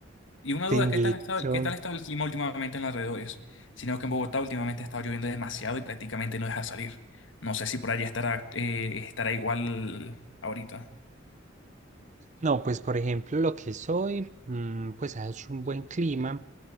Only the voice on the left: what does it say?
Y una
duda,
¿qué tal ha estado, qué tal ha estado el clima últimamente en los alrededores? Sino que en Bogotá últimamente ha estado lloviendo demasiado y prácticamente no deja salir. No sé si por allá estará, eh, estará igual ahorita.